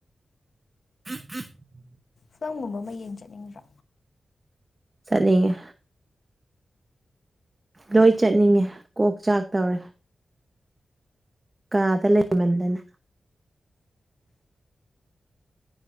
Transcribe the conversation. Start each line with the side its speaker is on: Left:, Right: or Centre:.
Right: <unintelligible>
Left: ꯐꯤꯂꯝꯒꯨꯝꯕ ꯑꯃ ꯌꯦꯡ ꯆꯠꯅꯤꯡꯗ꯭ꯔꯥ
Right: ꯆꯠꯅꯤꯡꯏ ꯂꯣꯏ ꯆꯠꯅꯤꯡꯉꯦ ꯀꯣꯛ ꯆꯥꯛ ꯇꯧꯔꯦ ꯀꯥꯗ ꯂꯩꯃꯟꯗꯅ